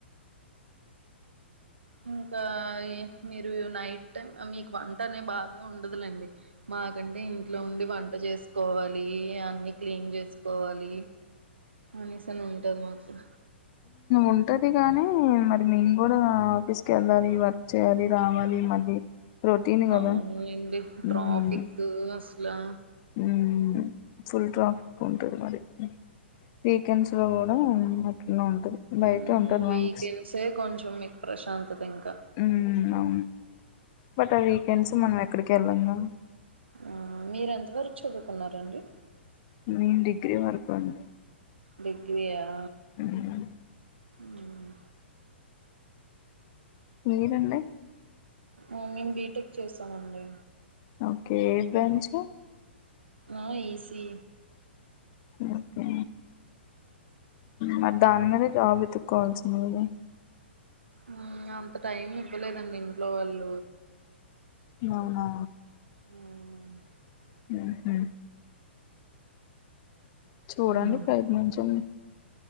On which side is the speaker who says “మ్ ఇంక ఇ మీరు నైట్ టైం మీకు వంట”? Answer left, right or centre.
Right